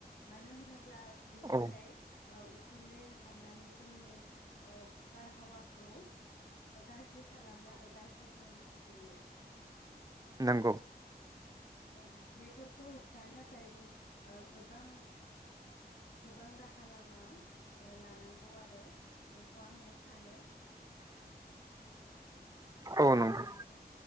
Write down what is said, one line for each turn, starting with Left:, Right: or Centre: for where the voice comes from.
Left: मानो होन ब्ला बिनिफ्राय
Right: औ
Left: ओ उ खुन्दै ओंखारनानै जोंनि ओ बारहावाखौ गा थ्रि खालामो आरो गाज्रि गोहोमखौ खो गोलैयो
Right: नंगौ।
Left: औ बेफोरखौ होबथानो थाखाय जों ओ गोबां गोबां राहा राहा लामा ऐ लानांगौ आरो बेखौ आङो सानो खोनादोंना
Right: औ नंगौ
Left: नोंथां